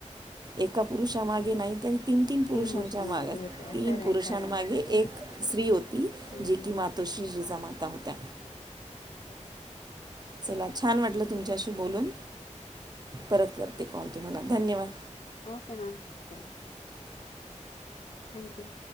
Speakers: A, on the right; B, on the left.
A: एका पुरुषा मागे नाहीतरी- तीन तीन पुरुषांच्या
B: बुरशांमागे
A: माग
B: होत्या
A: तीन
B: खरंय
A: पुरुषांमागे
B: खरंय हम्म
A: एक स्त्री होती
B: हम्म
A: जी
B: हम्म.
A: की मातो- अशी जी जमाता होत्या
B: <unintelligible>
A: चला छान वाटलं तुमच्याशी बोलून परत करते काॅल तुम्हाला धन्यवाद
B: ओके मॅम चला थँक्यू यू